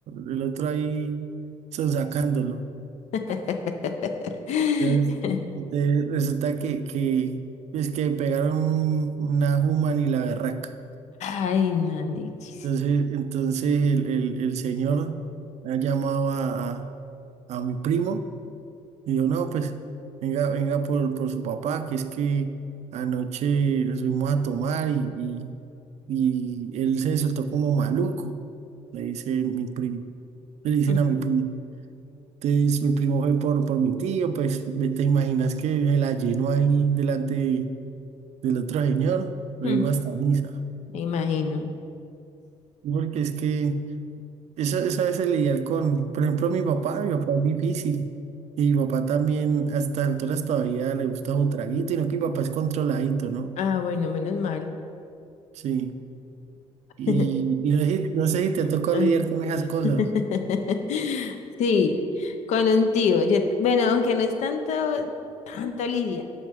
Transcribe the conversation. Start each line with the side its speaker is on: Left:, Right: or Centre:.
Right: el otro ahí son sacándolo.
Left: <laughs>
Right: Entonces, entonces resulta que, que, pues que pegaron un- una human y la berraca.
Left: Ay, marichis.
Right: Entonces, entonces el, el, el señor ha llamado a, a, a mi primo y dijo, no, pues venga, venga por, por su papá, que es que anoche nos fuimos a tomar y, y, y él se soltó como maluco, le dice mi primo, le dicen
Left: Mm,
Right: a mi primo. Entonces, mi primo fue por, por mi tío, pues ve- te imaginas que se la llenó ahí delante de- del otro señor,
Left: <laughs>
Right: lo
Left: mm,
Right: dijo hasta misa.
Left: Me imagino.
Right: Porque es que eso, eso a veces lidiar con, por ejemplo, mi papá, mi papá es difícil. Y mi papá también a estas alturas todavía le gusta su traguito, y no que mi papá es controladito, ¿no?
Left: Ah, bueno, menos mal.
Right: Sí.
Left: <laughs>
Right: Y, y no sé, si- no sé si te tocó
Left: <laughs>
Right: lidiar con esas cosas.
Left: <laughs> Sí, con un tío. Yo- bueno, aunque no es tanto, tanto Lidia,